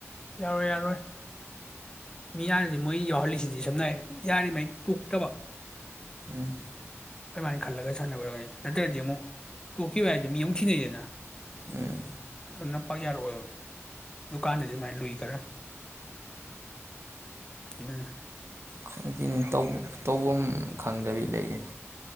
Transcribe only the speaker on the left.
ꯌꯥꯔꯣꯏ ꯌꯥꯔꯣꯏ ꯃꯤ ꯌꯥꯅꯗꯤ ꯃꯣꯏ ꯌꯥꯎꯍꯜꯂꯤꯁꯤꯗꯤ ꯁꯝꯅ ꯍꯥꯏ ꯌꯥꯔꯤꯉꯩ ꯇꯣꯛꯇꯕ
ꯑꯗꯨꯃꯥꯏꯅ ꯈꯜꯂꯒ ꯁꯥꯟꯅꯕꯅꯤ ꯅꯠꯇ꯭ꯔꯗꯤ ꯑꯃꯨꯛ ꯇꯣꯛꯈꯤꯕ ꯍꯥꯏꯗꯨ ꯑꯗꯨꯝ ꯌꯣ ꯊꯤꯅꯩꯗꯅ
ꯅꯞꯄꯥꯛ ꯌꯥꯔꯣꯏ ꯗꯨꯀꯥꯟꯗꯗꯤ ꯑꯗꯨꯃꯥꯏꯅ ꯂꯨꯏ ꯈꯔ ꯑꯗꯨ